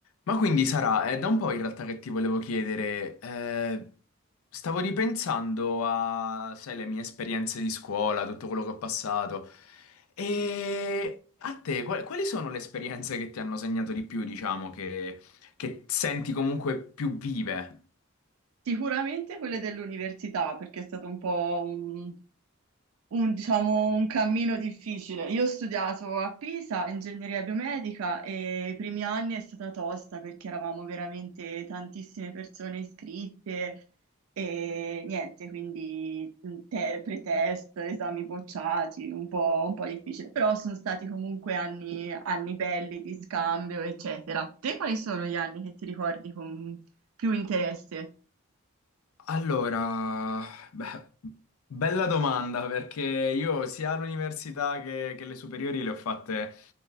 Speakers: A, on the left; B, on the right.
A: Ma quindi Sara, è da un po' in realtà che ti volevo chiedere, eh, stavo ripensando a, sai, le mie esperienze di scuola, tutto quello che ho passato, e a te, qual- quali sono le esperienze che ti hanno segnato di più, diciamo, che, che senti comunque più vive?
B: Sicuramente quelle dell'università, perché è stato un po' un, un, diciamo, un cammino difficile. Io ho studiato a Pisa ingegneria biomedica e i primi anni è stata tosta perché eravamo veramente tantissime persone iscritte e niente, quindi mm, te- pretest, esami bocciati, un po', un po' difficile. Però sono stati comunque anni, anni belli di scambio, eccetera. Te quali sono gli anni che ti ricordi con più interesse?
A: Allora, beh, Bella domanda, perché io sia all'università che, che le superiori le ho fatte